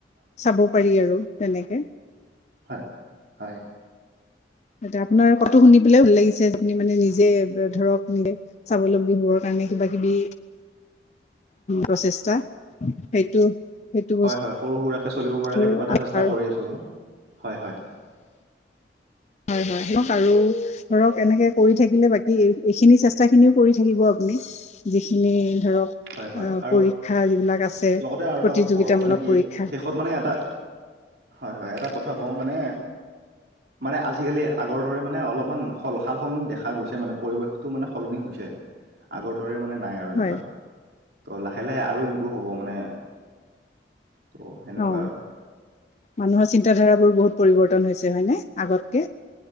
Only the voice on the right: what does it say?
হয়। হয়।
ত'
হয়। হয়। সৰু সুৰা চলিব
পৰাকে কিবা এটা চেষ্টা কৰি আছোঁ। হয় হয়।
অ
হয়। হয়
আৰু
লগতে আৰু এটা
কথা কওঁ ৰ'ব মানে কি
শেষত মানে এটা হয়। হয়। এটা কথা কওঁ মানে মানে আজিকালি আগৰ দৰে মানে অলপমান স সাল সালসলনি দেখা গৈছে মানে পৰিৱেশতটো মানে সলনি হৈছে। আগৰ দৰে মানে নাই আৰু এনেকুৱা।
ত' লাহে লাহে আৰু ইমপ্ৰুভ হ'ব মানে ত' সেনেকুৱা
আৰু।